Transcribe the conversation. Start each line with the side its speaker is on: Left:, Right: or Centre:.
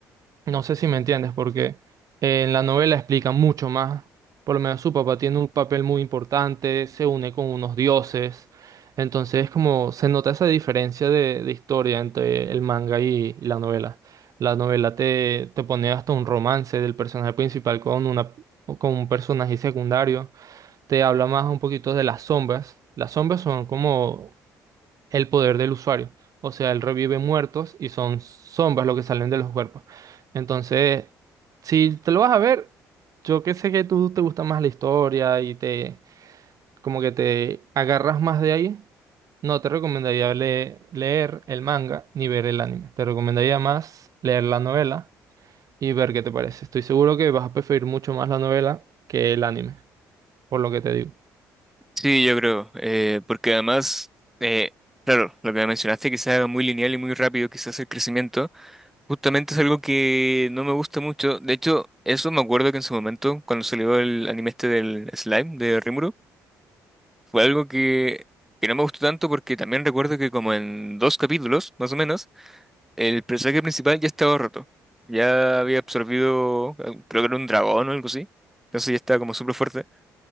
Right: No sé si me entiendes, porque eh, en la novela explica mucho más. Por lo menos su papá tiene un papel muy importante, se une con unos dioses. Entonces, como se nota esa diferencia de, de historia entre el manga y, y la novela. La novela te, te pone hasta un romance del personaje principal con una, con un personaje secundario. Te habla más un poquito de las sombras. Las sombras son como el poder del usuario. O sea, él revive muertos y son sombras lo que salen de los cuerpos. Entonces, si te lo vas a ver, yo que sé que tú te gusta más la historia y te como que te agarras más de ahí, no te recomendaría le- leer el manga ni ver el anime. Te recomendaría más leer la novela y ver qué te parece. Estoy seguro que vas a preferir mucho más la novela que el anime, por lo que te digo.
Centre: Sí, yo creo, eh, porque además, eh, claro, lo que mencionaste, que sea muy lineal y muy rápido, quizás el crecimiento, justamente es algo que no me gusta mucho. De hecho, eso me acuerdo que en su momento, cuando salió el anime este del Slime de Rimuru, fue algo que, que no me gustó tanto porque también recuerdo que como en dos capítulos, más o menos, El personaje principal ya estaba roto. Ya había absorbido, eh, creo que era un dragón o algo así. Entonces ya estaba como súper fuerte.